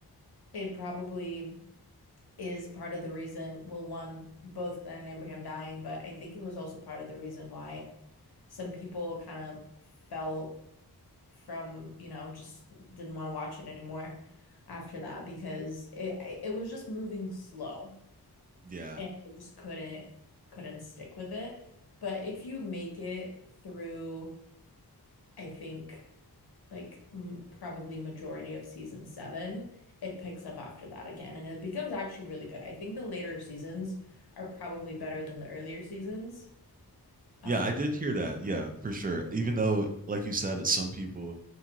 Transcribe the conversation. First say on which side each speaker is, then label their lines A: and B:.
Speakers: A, on the left; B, on the right.
A: it probably is part of the reason, well, one, both Glenn and Abraham dying, but I think it was also part of the reason why some people kind of fell from, you know, just didn't want to watch it anymore after that because it it was just moving slow
B: yeah,
A: and I just couldn't couldn't stick with it. But if you make it through, I think like m probably majority of season seven. It picks up after that again, and it becomes actually really good. I think the later seasons are probably better than the earlier seasons. Um,
B: Yeah, I did hear that. Yeah, for sure. Even though, like you said, some people,